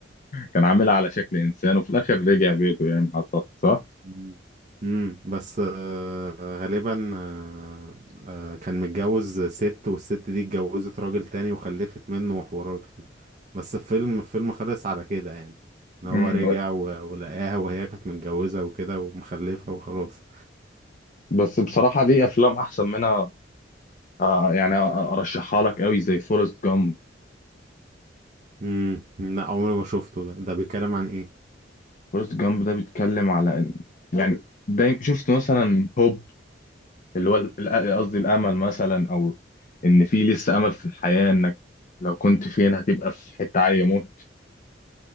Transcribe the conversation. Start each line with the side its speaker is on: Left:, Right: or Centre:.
Left: كان عاملها على شكل إنسان وفي الآخر رجع بيته يعني أعتقد صح؟
Right: مم. مم. بس آه، غالبا آه، آه، كان متجوز ست والست دي اتجوزت راجل تاني وخلفت منه وحوارات كده بس الفيلم الفيلم خلص على كده يعني ان هو
Left: مم.
Right: رجع و- ولقاها وهي كانت متجوزة وكده ومخلفة وخلاص
Left: بس بصراحة ليه أفلام أحسن منها آه، يعني أرشحها لك قوي زي فورست جامب
Right: مم. لا عمري ما شفته ده ده بيتكلم عن ايه
Left: فورست جامب ده بيتكلم على إن- يعني دايما شفت مثلا هوب اللي هو ال- ال- قصدي الامل مثلا او ان في لسه امل في الحياه انك لو كنت فين هتبقى في حته عاليه موت